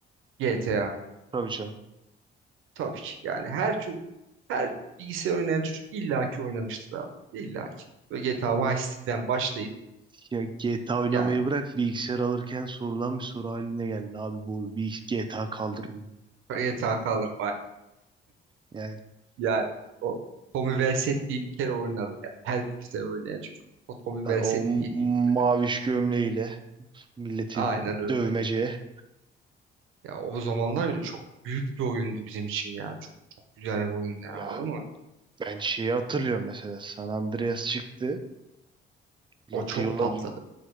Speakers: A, on the right; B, on the right.
A: GTA.
B: Tabii canım.
A: Tabii ki yani her çocuk, her bilgisayar oynayan çocuk illaki oynamıştır abi. İllaki. Böyle GTA Vice City'den başlayıp
B: Ya GTA oynamayı
A: yani
B: bırak bilgisayar alırken sorulan bir soru haline geldi abi bu bir GTA kaldırırım.
A: GTA kalır
B: Yani
A: Yani o Tommy Vercetti'yi bir kere oynadı ya. Her bilgisayar oynayan çocuk. O Tommy
B: ha,
A: Vercetti'yi
B: o m-
A: bildi.
B: maviş gömleğiyle milleti
A: Aynen öyle.
B: dövmece.
A: Ya o zamanlar bile çok büyük bir oyundu bizim için ya. Çok, çok güzel bir oyundu ya,
B: Ya
A: anladın mı?
B: ben şeyi hatırlıyorum mesela San Andreas çıktı. La
A: O çok
B: diyorlar
A: patladı.